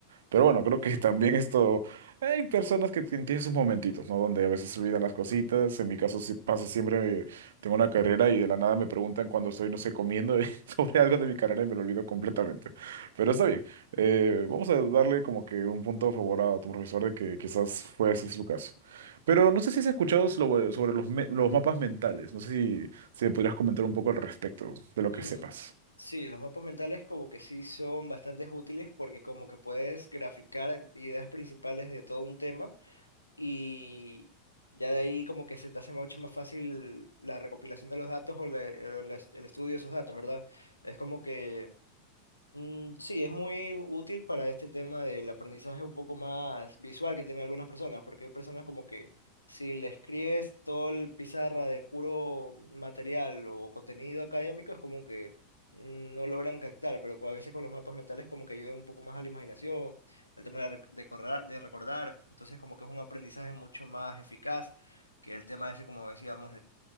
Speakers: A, on the right; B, on the left.
A: Pero bueno, creo que también esto, hay personas que tien- tienen sus momentitos, ¿no? Donde a veces se olvidan las cositas, en mi caso sí pasa siempre, tengo una carrera y de la nada me preguntan cuando estoy, no sé, comiendo <laughs> sobre algo de mi carrera y me lo olvido completamente. Pero está bien, eh, vamos a darle como que un punto a favor a tu profesor de que quizás fue ese su caso. Pero no sé si has escuchado sobre, sobre los, me- los mapas mentales. No sé si, si me podrías comentar un poco al respecto de lo
B: Mm,
A: que sepas.
B: Sí, los mapas mentales como que sí son bastante útiles porque como que puedes graficar ideas principales de todo un tema y ya de ahí como que se te hace mucho más fácil la recopilación de los datos o la- el, est- el estudio de esos datos, ¿verdad? Es como que Mm, sí, es muy útil para este tema del aprendizaje un poco más visual que tienen algunas personas, porque hay personas como que si le escribes todo el pizarra de puro material o contenido académico, es como que mm, no logran captar, pero a veces con los mapas mentales como que ayuda un poco más a la imaginación, al tema de, rec- de corra- de recordar, entonces como que es un aprendizaje mucho más eficaz que el tema ese, como decíamos,